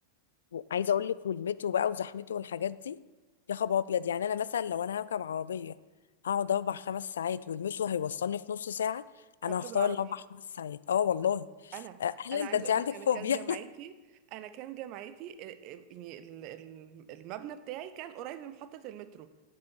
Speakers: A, on the left; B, on the right.
A: عايزه اقول لك ولمته بقى وزحمته والحاجات دي يا خبر ابيض يعني انا مثلا لو انا هركب عربيه هقعد اربع خمس ساعات ولمته هيوصلني في نص ساعه انا
B: هركب
A: هختار
B: العربية
A: الاربع خمس ساعات اه والله
B: انا
A: آه، اهلا
B: انا عايزه
A: ده انت
B: اقول
A: عندك
B: لك انا
A: فوبيا
B: كان جامعتي انا كان جامعتي آه، آه، يعني ال- ال- المبنى بتاعي كان قريب من محطه المترو